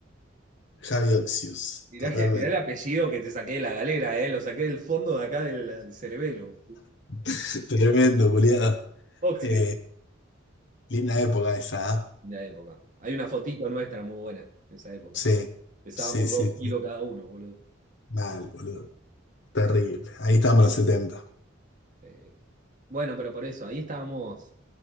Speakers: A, on the left; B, on the right.
A: Javi Oxius,
B: Mirá,
A: totalmente.
B: que, mirá el apellido que te saqué de la galera, eh, lo saqué del fondo de acá del cerebelo.
A: <laughs> Tremendo, culiado.
B: Oxius.
A: Eh, linda época esa, ¿ah?
B: Una época. Hay una fotito nuestra muy buena de esa época.
A: Sí,
B: Pesábamos
A: sí, sí,
B: dos
A: sí.
B: kilos cada uno, boludo.
A: Mal, boludo. Terrible. Ahí estábamos los setenta,
B: Sí. Bueno, pero por eso, ahí estábamos,